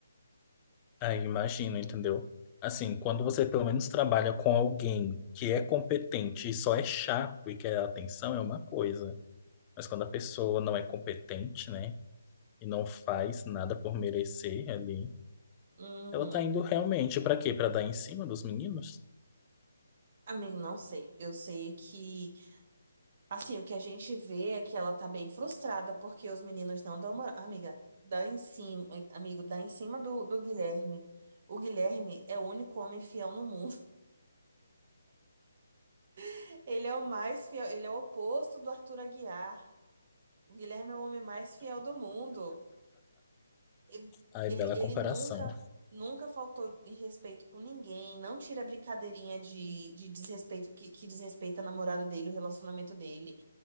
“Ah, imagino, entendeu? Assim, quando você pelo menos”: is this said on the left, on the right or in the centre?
Left